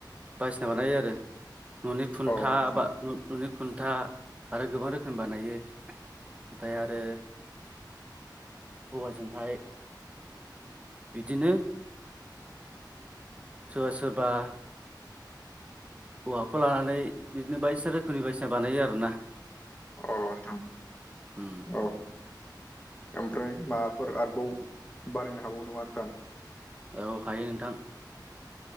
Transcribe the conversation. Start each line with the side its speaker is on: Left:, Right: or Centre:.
Right: बासिना बानायो आरो। न'नि खुन्था
Left: औ नोंथां
Right: बा न'नि खुन्था आरो गोबां रोखोमनि बानायो। ओमफ्राय आरो औवाजोंहाय बिदिनो। सोरबा सोरबा औवाखौ लानानै बिदिनो बायदिसिना रोखोमनि बायदिसिना बानायो आरो ना
Left: औ नोंथां
Right: उम
Left: औ ओमफ्राय माबा फोर आरोबाव बानायनो हाबावो नङा नोंथां?
Right: औ हायो नोंथां